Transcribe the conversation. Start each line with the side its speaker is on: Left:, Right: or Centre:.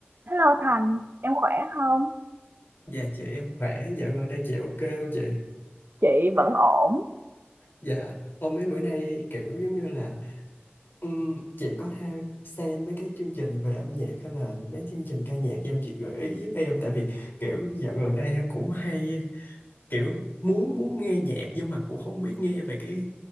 Right: Hello Thành, em khỏe không?
Left: Dạ chị em khỏe, dạ vâng đây chị ok không chị?
Right: Chị vẫn ổn.
Left: Dạ, hôm mấy bữa nay kiểu giống như là ừm, chị có theo xem mấy cái chương trình về âm nhạc hay là mấy chương trình ca nhạc do chị gợi ý giúp em tại vì kiểu dạo gần đây em cũng hay kiểu muốn muốn nghe nhạc nhưng mà cũng không biết nghe về cái